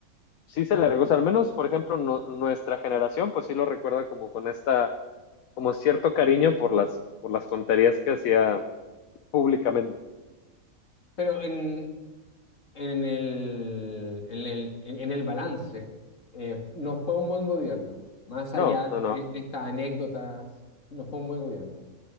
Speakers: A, on the left (about 75°); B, on the left (about 60°).
A: sí se le recuerda, al menos, por ejemplo, no- nuestra generación, pues sí lo recuerda como con esta, como cierto cariño por las, por las tonterías que hacía públicamente.
B: Pero en, en el, en el, en el balance, eh, no fue un buen gobierno. Más
A: No,
B: allá de,
A: no, no,
B: de- de estas anécdotas, no fue un buen gobierno.